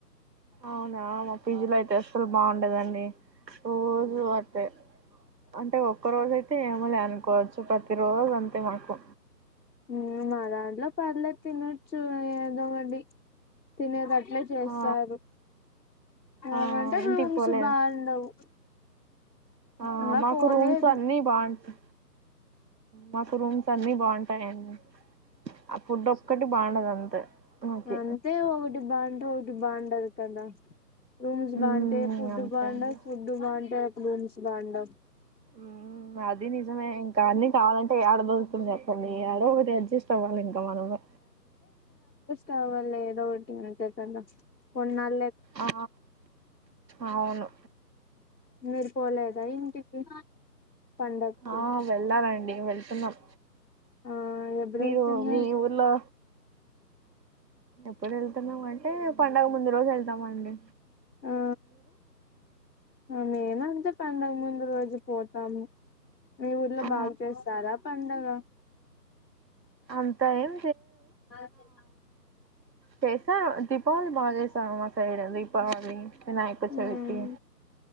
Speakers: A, on the right; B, on the left.
A: అవునా మా పీజీలో అయితే అసలు బాగుండదండి రోజూ అంతే అంటే ఒక్క రోజు అయితే ఏమో లే అనుకోవచ్చు ప్రతి రోజు అంతే మాకు
B: మ్మ్ దాంట్లో పర్లేదు తినొచ్చు ఏదో ఒకటి తినేది చేస్తారు
A: ఆ ఆ
B: ఏమంటే
A: ఇంటికి
B: రూమ్స్
A: పోలే
B: బాగుండవు
A: ఆ
B: ఇంగా
A: మాకు
B: పోలేదు
A: రూమ్స్ అన్ని బాగుంటా మాకు రూమ్స్ అన్ని బాగుంటాయండి ఆ ఫుడ్ ఒక్కటి బాగుండదు అంతే మాకి
B: అంతే ఒకటి బాగుంటే ఒకటి బాగుండదు కదా రూమ్స్
A: మ్మ్
B: బాగుంటే ఫుడ్
A: అంతే
B: బాగుండదు
A: అండి
B: ఫుడ్ బాగుంటే రూమ్స్ బాగుండవ్
A: మ్మ్ అది నిజమే ఇంకా అన్ని కావాలంటే యడ దొరుకుతుందో అర్థమే కాదు యాడొ ఒకటి అడ్జస్ట్ అవాలి ఇంకా మనము
B: కావల్ల ఏదో ఒకటి అంత కన్న <unintelligible>
A: ఆ అవును
B: మీరు పోలేదా ఇంటికి పండక్కి
A: ఆ వెళ్ళాలండి వెళ్తున్నాం
B: ఆ ఎప్పుడు
A: మీరు
B: వెళ్తున్నారు
A: మీ ఊర్లో ఎప్పుడు వెళ్తున్నాం అంటే పండుగ ముందు రోజు వెళ్తామ అండి
B: ఓ నిను అంతే పండుగ ముందు రోజు పోతాను మీ ఊర్లో
A: ఆ
B: బాగు చేస్తారా పండుగ
A: అంతా ఏం
B: నాకు <unintelligible>
A: చేసా దీపావళి బాగ చేస్తా మండి మా సైడ్ మిగతా వాన్ని వినాయకచవితి
B: ఉమ్